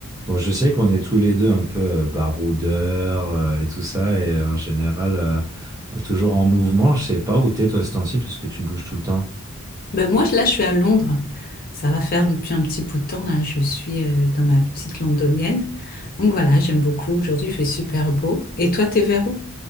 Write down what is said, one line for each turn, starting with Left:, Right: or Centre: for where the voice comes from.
Right: Bon, je sais qu'on est tous les deux un peu euh, baroudeurs euh, et tout ça, et euh, en général, euh, toujours en mouvement. Je sais pas où t'es, toi, ce temps-ci, puisque tu bouges tout le temps.
Left: Ben moi, je- là, je suis à Londres. Ça va faire depuis un petit bout de temps, là. Je suis euh, dans ma petite londonienne. Donc voilà, j'aime beaucoup. Aujourd'hui, il fait super beau. Et toi, t'es vers où?